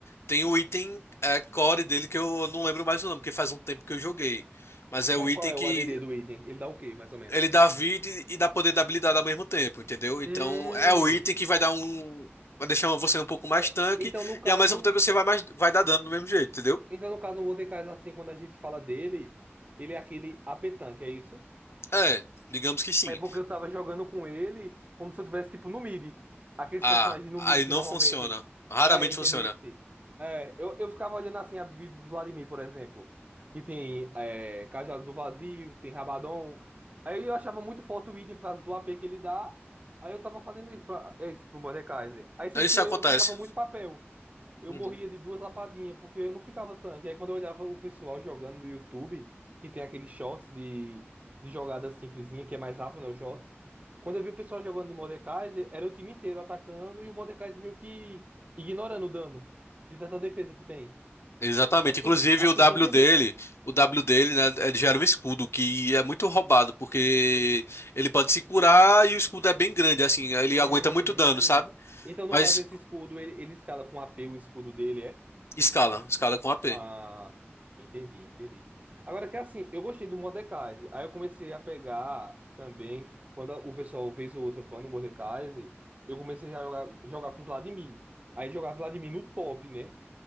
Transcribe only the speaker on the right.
Mas
qual é
o ADD do item? Ele dá o quê, mais ou menos?
Hum.
É,
então, no caso,
então, no caso, o Mordekaiser, assim, quando a gente fala dele, ele é aquele AP tanque, é isso?
É porque eu tava jogando com ele como se eu tivesse, tipo, no mid. Aqueles
personagens no
mid
que normalmente.
É, entendesse.
É, eu, eu ficava olhando assim a build do Vladimir, por exemplo. Que tem é, Cajado do Vazio, tem Rabadon. Aí eu achava muito forte o item por causa do AP que ele dá. Aí eu tava fazendo isso, pra, é, isso pro Mordekaiser. Aí sendo
que eu
ficava muito papel eu
morria de duas lapadinhas, porque eu não ficava tanque. Aí quando eu olhava o pessoal jogando no YouTube, que tem aqueles shots de, de jogada simplesinha, que é mais rápido, né, os shots. Quando eu vi o pessoal jogando de Mordekaiser, era o time inteiro atacando e o Mordekaiser meio que ignorando o dano de tanta defesa que tem.
Aí eu fiquei,
aí eu
fiquei
sem entender.
Hum,
entendi.
Então, no
caso, esse escudo, ele, ele escala com a P o escudo dele, é?
Ah, entendi, entendi. Agora que é assim, eu gostei do Mordekaiser. Aí eu comecei a pegar também, quando a- o pessoal fez o outro bando do Mordekaiser, eu comecei já a jogar, jogar com Vladimir. Aí jogar Vladimir no top, né?